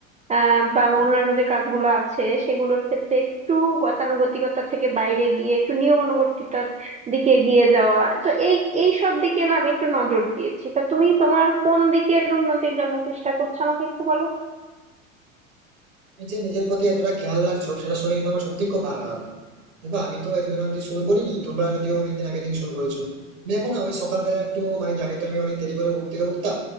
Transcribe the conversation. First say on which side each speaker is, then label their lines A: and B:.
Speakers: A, on the right; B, on the right.
A: আহ, বা অন্যান্য যে কাজগুলো আছে সেগুলোর ক্ষেত্রে একটু গতানুগতিকতার থেকে বাইরে গিয়ে একটু নিয়মানুবর্তিতার দিকে এগিয়ে যাওয়া তো এই এই সব দিকে না আমি একটু নজর দিয়েছি তা তুমি তোমার কোন দিকের উন্নতির জন্য চেষ্টা করছো আমাকে একটু বলো তো?
B: তুমি যে নিজের প্রতি এতটা খেয়াল রাখছো সেটা শুনে কিন্তু আমার সত্যি খুব ভালো লাগলো দেখো আমি তো এতদিন অব্দি শুরু করিনি তোমরা যদিও অনেকদিন আগে থেকে শুরু করেছো আমি এখন না ওই সকালবেলা একটু মানে কি, আগে তো আমি অনেক দেরি করে ঘুম থেকে উঠতাম